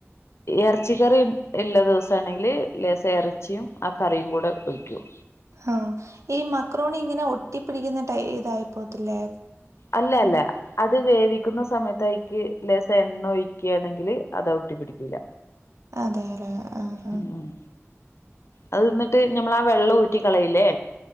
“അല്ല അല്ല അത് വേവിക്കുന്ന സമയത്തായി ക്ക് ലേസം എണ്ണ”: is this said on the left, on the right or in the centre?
Left